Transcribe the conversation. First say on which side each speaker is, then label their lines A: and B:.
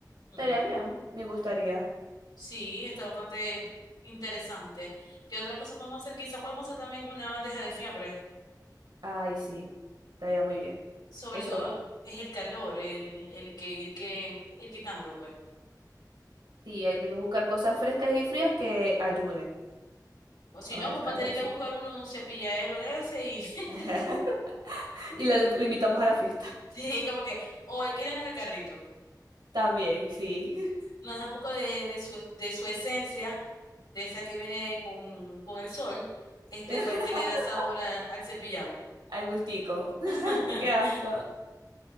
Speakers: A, on the right; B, on the left.
A: Estaría
B: Mm.
A: bien, me gustaría.
B: Sí, está bastante interesante. ¿Qué otra cosa podemos hacer? Quizá podemos hacer también una bandeja de fiambre.
A: Ay, sí, estaría muy bien.
B: Sobre
A: Eso
B: todo
A: va.
B: es el calor, el, el que ir que ir quitándolo, pues.
A: Sí, hay que buscar cosas frescas y frías que ayuden
B: O si
A: con
B: no,
A: el
B: vamos
A: calorcito.
B: a tener que buscar uno, un cepilladero de ese y <laughs>
A: <laughs> Y lo, lo invitamos a la fiesta.
B: sí, como que, o alquílenos el carrito.
A: También, sí.
B: nos da un poco de, de su, de su esencia, de esa que viene con, con el sol, este,
A: <laughs>
B: pa- que le da sabor a- al cepillado.
A: Al gustico. <laughs>
B: <laughs>
A: Qué asco.